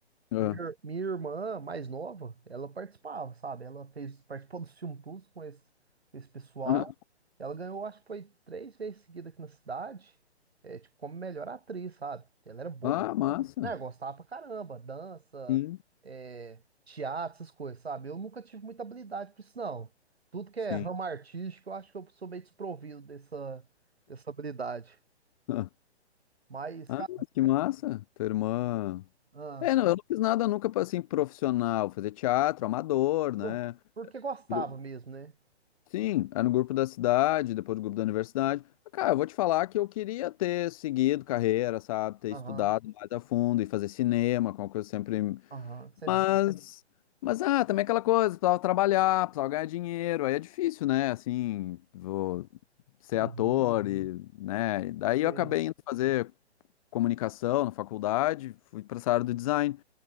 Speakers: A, on the left; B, on the right.
A: Ah,
B: Minha, ir- minha irmã mais nova, ela participava, sabe? Ela fez, participou do filme Tudo com esse, com esse pessoal.
A: ah,
B: Ela ganhou, acho que foi três vezes seguida aqui na cidade, é, tipo, como melhor atriz, sabe? Ela era boa
A: ah,
B: pra
A: massa.
B: caramba. Né, gostava pra caramba, dança,
A: Sim,
B: é, teatro, essas coisas, sabe? Eu nunca tive muita habilidade pra isso, não. Tudo que
A: sim.
B: é ramo artístico, eu acho que eu sou meio desprovido dessa, dessa habilidade.
A: Ah,
B: Mas,
A: ah,
B: cara,
A: mas que massa, tua irmã.
B: ah,
A: É, não, eu não fiz nada nunca para assim profissional, fazer teatro amador,
B: por-
A: né?
B: porque gostava
A: Gru-
B: mesmo, né?
A: Sim, é no grupo da cidade, depois do grupo da universidade. Ah, Cara, eu vou te falar que eu queria ter seguido carreira, sabe? Ter
B: Aham.
A: estudado mais a fundo e fazer cinema, com uma coisa sempre.
B: Aham, você-
A: Mas, mas ah, também aquela coisa, precisava trabalhar, precisava ganhar dinheiro, aí é difícil, né? Assim, vou ser
B: uhum,
A: ator e, né? E Daí
B: sei,
A: eu acabei indo fazer comunicação na faculdade, fui para essa área do design.